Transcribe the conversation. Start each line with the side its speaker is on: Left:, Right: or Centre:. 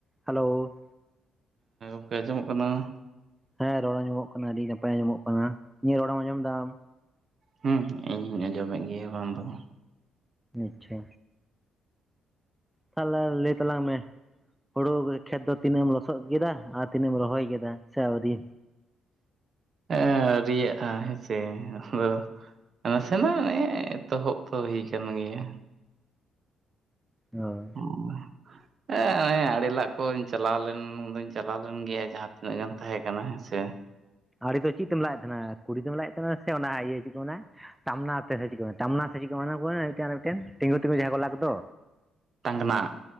Centre: Hello
Right: <unintelligible> ᱟᱸᱡᱚᱢᱚᱜ ᱠᱟᱱᱟ,
Centre: ᱦᱮᱸ ᱨᱚᱲ ᱟᱸᱡᱚᱢᱚᱜ ᱠᱟᱱᱟ ᱟᱹᱰᱤ ᱱᱟᱯᱟᱭ ᱟᱸᱡᱚᱢᱚᱜ ᱠᱟᱱᱟ ᱤᱧᱟᱹᱜ ᱨᱚᱲᱮᱢ ᱟᱸᱡᱚᱢ ᱫᱟ ᱟᱢ?
Right: ᱦᱮᱸ ᱤᱧ ᱦᱚᱧ ᱟᱸᱡᱚᱢᱮᱫ ᱜᱮᱭᱟ ᱠᱟᱝ ᱫᱚ ᱵᱟᱝ᱾
Centre: ᱟᱪᱪᱷᱟ ᱛᱟᱦᱚᱞᱮ ᱞᱟᱹᱭ ᱛᱟᱞᱟᱝ ᱢᱮ, ᱦᱩᱲᱩ ᱠᱷᱮᱛ ᱫᱚ ᱛᱤᱱᱟᱹᱜ ᱮᱢ ᱞᱚᱥᱚᱫ ᱠᱮᱫᱟ ᱟᱨ ᱛᱤᱱᱟᱹᱜ ᱮᱢ ᱨᱚᱦᱚᱭ ᱠᱮᱫᱟ ᱥᱮ ᱟᱹᱣᱨᱤ?
Right: ᱟᱹᱣᱨᱤᱭᱟᱜ-ᱟ ᱦᱮᱸᱥᱮ ᱟᱫᱚ ᱱᱟᱥᱮᱱᱟᱜ ᱱᱮ ᱮᱛᱚᱦᱚᱵ ᱛᱚ ᱦᱩᱭ ᱠᱟᱱ ᱜᱮᱭᱟ᱾
Centre: ᱚᱻ
Right: <unintelligible> ᱦᱮᱸᱜ ᱱᱚᱜ-ᱚᱭ ᱟᱲᱮ ᱞᱟᱜ ᱠᱚᱧ ᱪᱟᱞᱟᱣ ᱞᱮᱱ ᱫᱚᱧ ᱪᱟᱞᱟᱣ ᱞᱮᱱ ᱜᱮᱭᱟ ᱡᱟᱦᱟᱸ ᱛᱤᱱᱟᱹᱜ ᱜᱟᱱ ᱛᱟᱦᱮᱸ ᱠᱟᱱᱟ ᱦᱮᱸᱥᱮ,
Centre: ᱟᱲᱮ ᱫᱚ ᱪᱮᱫ ᱛᱮᱢ ᱞᱟᱜᱮᱫ ᱛᱟᱦᱮᱱᱟ ᱠᱩᱰᱤ ᱛᱮᱢ ᱞᱟᱜᱮᱫ ᱛᱟᱦᱮᱱᱟ ᱥᱮ ᱚᱱᱟ ᱤᱭᱟᱹ ᱪᱮᱫ ᱠᱚ ᱢᱮᱱᱟ ᱛᱟᱢᱱᱟ ᱛᱮ ᱥᱮ ᱪᱮᱫ ᱠᱩ ᱢᱮᱱᱟ ᱛᱟᱢᱱᱟ ᱥᱮ ᱪᱮᱫ ᱠᱚ <unintelligible> ᱢᱤᱫᱴᱮᱱ ᱛᱤᱸᱜᱩ ᱛᱤᱸᱜᱩ ᱡᱟᱦᱟᱸᱭ ᱠᱚ ᱞᱟ ᱠᱚᱫᱚ,
Right: ᱴᱟᱝᱜᱱᱟ᱾